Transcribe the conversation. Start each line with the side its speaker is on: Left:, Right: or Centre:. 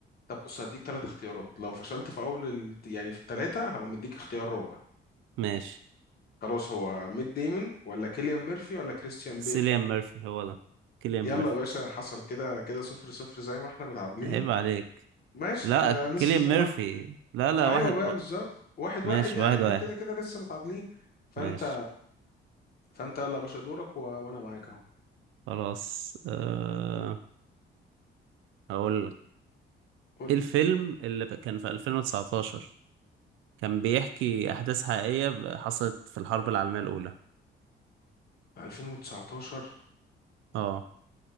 Left: طب بص هديك ثلاث اختيارات لو فشلت في اول ال... يعني في الثلاثه هقوم مديك اختيار رابع
Right: ماشي
Left: خلاص هو ميت ديمون ولا كيليان ميرفي ولا كريستيان
Right: سيليان
Left: بيل
Right: ميرفي هو ده كيليان
Left: يلا
Right: ميرفي
Left: يا باشا حصل كده كده صفر صفر زي ما احنا متعادلين
Right: عيب عليك
Left: ماشي
Right: لا
Left: احنا لسه
Right: كيليان
Left: زي
Right: ميرفي
Left: ما احنا
Right: لا لا
Left: ايوه
Right: واحد
Left: بقى
Right: و...
Left: بالظبط واحد
Right: ماشي
Left: واحد يعني
Right: واحد
Left: احنا
Right: واحد
Left: كده كده لسه متعادلين فانت
Right: ماشي
Left: فانت يلا يا باشا دورك و... وانا معاك اهو
Right: خلاص أه... هقول
Left: قول
Right: ايه
Left: لي
Right: الفيلم اللي كان في 2019 كان بيحكي احداث حقيقية حصلت في الحرب العالمية الاولى
Left: 2019
Right: اه